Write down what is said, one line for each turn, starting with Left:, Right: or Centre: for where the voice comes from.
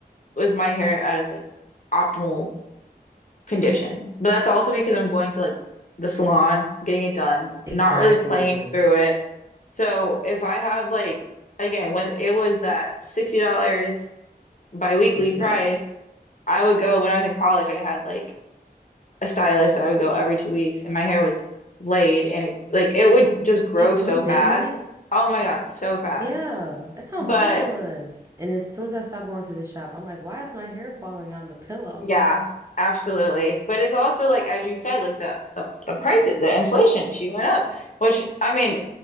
Left: was my hair at its like optimal condition. But that's also because I'm going to like the salon, getting it done,
Right: Exactly.
Left: not really playing through it. So if I have like, again, when it was that $60 bi-weekly
Right: Yep.
Left: price, I would go when I was in college, I had like a stylist that I would go every two weeks, and my hair was laid, and it like it would just grow
Right: It grew,
Left: so fast.
Right: didn't it?
Left: Oh my God, so fast.
Right: Yeah. That's how
Left: But
Right: mine was. And as soon as I stopped going to the shop, I'm like, why is my hair falling on the pillow?
Left: yeah,
Right: <laughs>
Left: absolutely. But it's also like as you said, like the the, the prices, the inflation, she went up, which I mean,